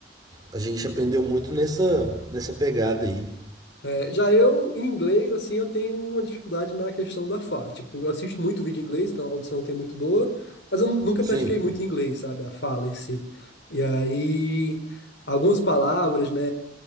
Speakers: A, on the right; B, on the left.
A: A gente aprendeu muito nessa, nessa pegada aí.
B: É, já eu, em inglês, assim, eu tenho uma dificuldade na questão da fala. Tipo, eu assisto muito vídeo em inglês, então a audição tem muito boa, mas eu nu- nunca
A: Sim.
B: pratiquei muito inglês, sabe? A fala em si. E aí, algumas palavras, né,